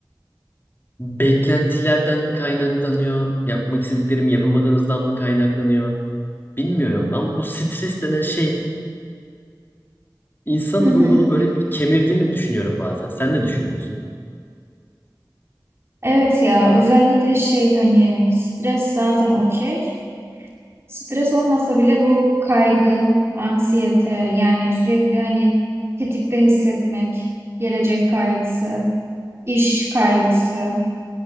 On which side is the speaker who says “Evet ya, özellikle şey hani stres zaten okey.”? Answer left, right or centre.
Right